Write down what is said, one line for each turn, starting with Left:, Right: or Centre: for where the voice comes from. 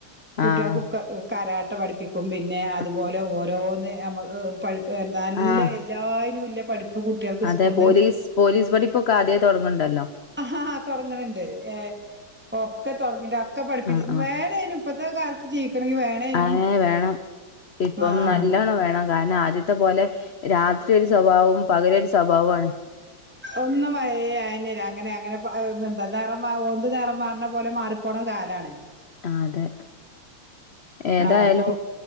Centre: കുട്ടികൾക്ക്
Left: ആഹ്.
Centre: കരാട്ട പഠിപ്പിക്കും പിന്നെ അതുപോലെ
Left: ഉം.
Centre: ഓരോന്ന് നമുക്ക് പി എന്ത നല്ല
Left: ആഹ്.
Centre: എല്ലാവരും ഇല്ല പഠിപ്പ്. കുട്ടികൾക്ക്
Left: അതെ
Centre: സ്കൂളിൽന്ന്
Left: പോലീസ് പോലീസ് പഠിപ്പ് ഒക്കെ ആദ്യ തുടങ്ങണ്ടല്ലോ.
Centre: ആഹ് തുടങ്ങണണ്ട് ഏഹ് ഒക്കെ തുടങ്ങിട്ട് ഒക്കെ പഠിപ്പി
Left: ആഹ് ആഹ്
Centre: വേറെ. ഇപ്പത്തെ കാലത്ത് ജീവിക്കണമെങ്കിൽ വേണേനും
Left: അങ്ങനെ വേണം ഇപ്പം
Centre: ആഹ്.
Left: നല്ലോണം വേണം കാരണം ആദ്യത്തെ പോലെ രാത്രി ഒരു സ്വഭാവവും പകൽ ഒരു സ്വഭാവമാണ്.
Centre: ഒന്നും അ അയിനര അങ്ങനെ അങ്ങനെ എന്താ നി ഒന്ത് നിറം മാറുന്ന പോലെ മാറിപ്പോണ കാലാണ്.
Left: ആഹ് അതെ ഏതായാലും
Centre: ആ അപ്പൊ